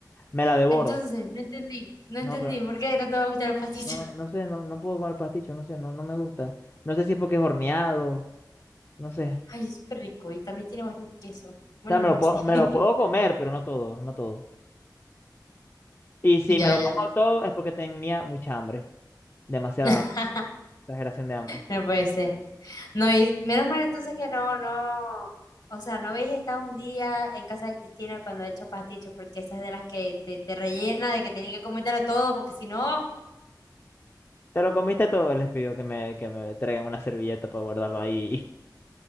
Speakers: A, on the left (about 30°); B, on the left (about 65°).
A: Me la devoro.
B: entonces, no entendí, no
A: No,
B: entendí,
A: pero
B: ¿por qué no te va a gustar el pastito?
A: no,
B: <laughs>
A: no sé, no, no puedo comer pasticho, no sé, no, no me gusta. No sé si es porque es horneado, no sé.
B: Ay, es súper rico y también tiene bastante queso, bueno,
A: O sea, me
B: no
A: lo puedo,
B: sé. <laughs>
A: me lo puedo comer, pero no todo, no todo. Y si
B: Ya,
A: me lo
B: ya.
A: como todo es porque tenía mucha hambre, demasiada
B: <laughs>
A: hambre, exageración de hambre.
B: No puede ser. No, y menos mal entonces que no, no, o sea, no habéis estado un día en casa de Cristina cuando he hecho pastichos, porque esa es de las que te, te rellena, de que tenía que cometerlo todo, porque si no...
A: Te lo comiste todo, les pido que me, que me traigan una servilleta para guardarlo ahí